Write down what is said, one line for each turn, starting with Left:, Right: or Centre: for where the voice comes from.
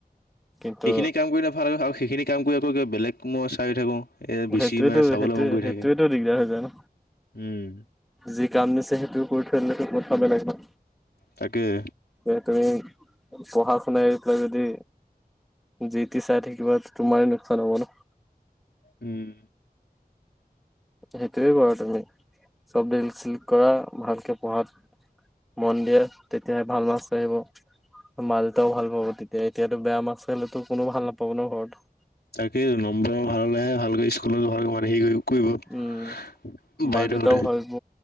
Centre: কিন্তু
Left: সেইখিনি কাম কৰিলে ভাল আৰু সেইখিনি কাম কৰি আকৌ কিবা বেলেগ মই চাইও থাকো এ বেছি
Centre: সেইটোৱেতো
Left: মানে চাবলৈ
Centre: সেইটোৱে
Left: মন গৈ
Centre: সেইটোৱেতো
Left: থাকে
Centre: দিগদাৰ হৈ যায় ন
Left: উম
Centre: যি কাম দিছে সেইটো কৰি থৈ দিলেতো কথা বেলেগ ন
Left: তাকেই
Centre: যে তুমি পঢ়া শুনা এৰি পেলাই যদি জি তি চাই থাকিবা তো তোমাৰে লোকচান হ'ব ন
Left: উম
Centre: হেটোৱে কৰা তুমি সব ডিলিট চিলিট কৰা ভালকে পঢ়াত মন দিয়া তেতিয়াহে ভাল মাৰ্ক্স আহিব মা দেউতাও ভাল পাব তেতিয়া এতিয়াতো বেয়া মাৰ্ক্স আহিলেতো কোনো ভাল নাপাব ন ঘৰত
Left: তাকেইতো নম্বৰ ভাল হলেহে ভালকৈ স্কুলতো ভালকৈ মানে হেৰি কৰিব কৰিব
Centre: উম মা
Left: বাইদহঁতে।
Centre: দেউতাও ভাবিব